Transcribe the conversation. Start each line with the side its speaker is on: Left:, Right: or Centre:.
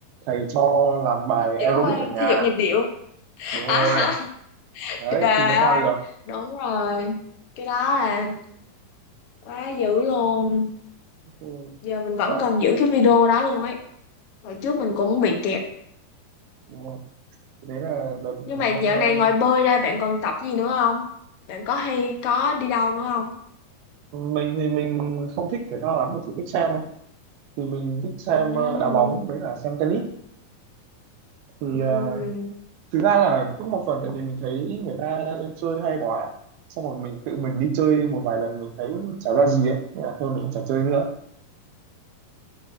Right: thầy cho làm bài aerobic
Left: chị có qua
Right: ở nhà
Left: thể dục nhịp điệu
Right: đúng rồi
Left: à, <laughs>
Right: đấy
Left: trời
Right: thì mới
Left: ơi
Right: qua được
Left: đúng rồi cái đó là quá dữ luôn
Right: Ừ,
Left: giờ mình vẫn
Right: ờ,
Left: còn giữ cái video đó luôn ấy hồi trước mình cũng bị kẹt
Right: đúng rồi. đấy là đợt
Left: nhưng mà dạo
Right: năm ờ,
Left: này ngoài bơi ra bạn còn tập gì nữa không bạn có hay có đi đâu nữa không
Right: mình thì mình không thích thể thao lắm mình chỉ thích xem thôi thì mình thích xem
Left: Ừm,
Right: ờ, đá bóng với cả xem tennis thì
Left: ừm.
Right: ờ, thực ra là cũng một phần tại vì mình thấy người ta chơi hay quá xong rồi mình tự mình đi chơi một vài lần mình thấy chả ra gì ấy nên là thôi mình cũng chả chơi nữa